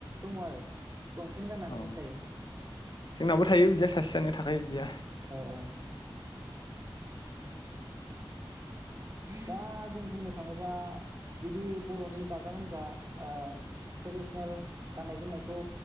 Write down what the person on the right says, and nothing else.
दङ आरो लंपेन्ट गाननानै
मोसायो
औ औ दा जों बुंनो थाङोबा बिदि बरनि गाजा गोमजा ओ <unintelligible> दा जों बुंनो थाङोब्ला बिदि बरनि गाजा गोमजा ट्रेडिसनेल गान्नाय जोमनायखौ